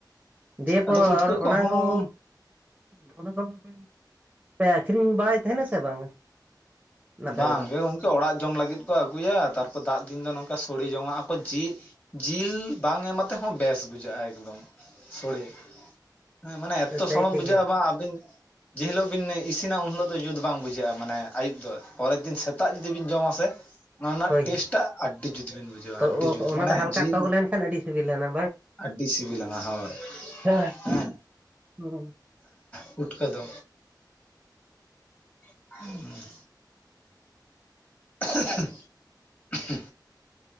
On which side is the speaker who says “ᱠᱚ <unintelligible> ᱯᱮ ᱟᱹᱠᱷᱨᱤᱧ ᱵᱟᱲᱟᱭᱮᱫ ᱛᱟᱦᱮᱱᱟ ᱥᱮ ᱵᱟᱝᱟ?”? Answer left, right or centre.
Right